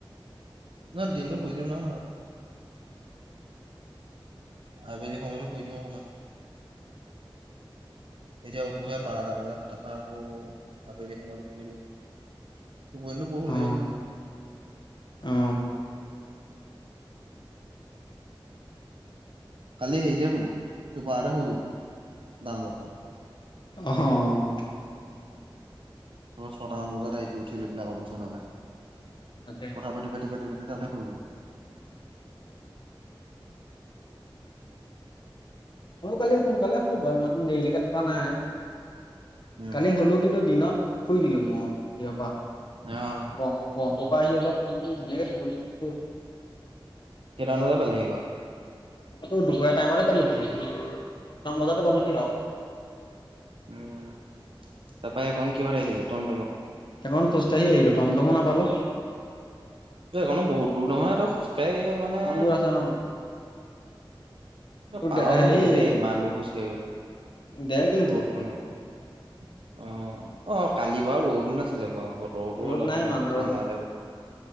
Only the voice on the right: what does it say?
নহয় দিনটো শুইিদিওঁ নহয়। <unintelligible> আবেলি সময়তো শুই দিওঁ অকমান।
এতিয়া উঠোহে বাৰটা বজাত তাৰপা আকৌ আবেলি সময়টো শুই দিওঁ। <unintelligible> হলে
হে মাটো।
কালি হেৰিতে হুলো। দুপাহাৰতে শুই গলো। দুনলোপ টোত।
ছটাামান বজাত আহিছো উঠিলৈ পিনি আকৌ বিচনালৈ,
কথা পাতি-পাতি-পাতি তাতে শুই গল।
উম
অ
কেইটা মান বজাত পালিহি ঘৰ?
উম', তাৰাপা এইকণ কিহত আহিলগে, টম-টমত?
এইকনো বহুত দূৰ নহয়। তই খোজকাঢ়িয় মানে
পাৰঃ
বুলি হে দেই ইমান দুহ খোজ কঢ়িবলে,
ৰদ খনত। অ'। অ', কালি বাৰু ৰ'দো নাছিলে বাৰু বতৰ টো‌
অলপ
ভাল
ঠাণ্ডা